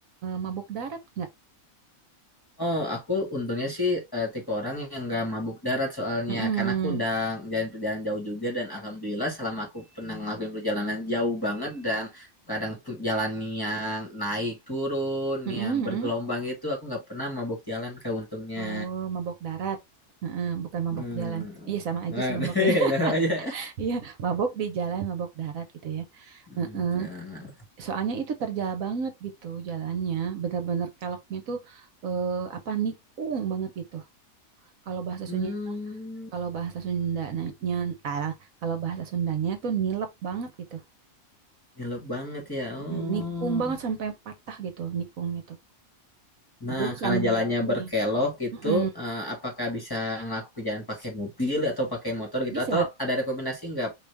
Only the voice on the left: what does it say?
Oh, aku untungnya sih eh, tipe orang yang nggak mabuk darat soalnya
karena aku udah ngejalanin perjalanan jauh juga dan alhamdulillah selama aku pernah ngelakuin perjalanan jauh banget dan kadang pu- jalan yang naik turun
yang bergelombang itu aku nggak pernah mabuk jalan ke untungnya.
Hmm.
Nah,
<laughs>
itu aja.
Hmm,
nah.
Hmm,
nyelup banget ya. Oh.
Nah,
karena
jalannya
berkelok gitu,
eh, apakah bisa ngelakuin jalan pakai mobil atau pakai motor gitu?
Atau ada rekomendasi nggak?